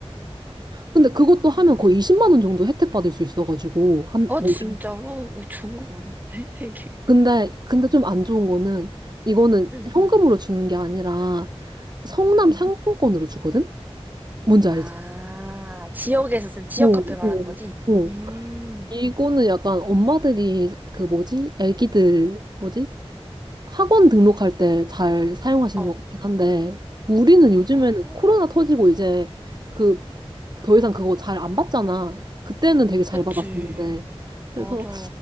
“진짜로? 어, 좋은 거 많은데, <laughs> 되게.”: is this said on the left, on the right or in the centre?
Right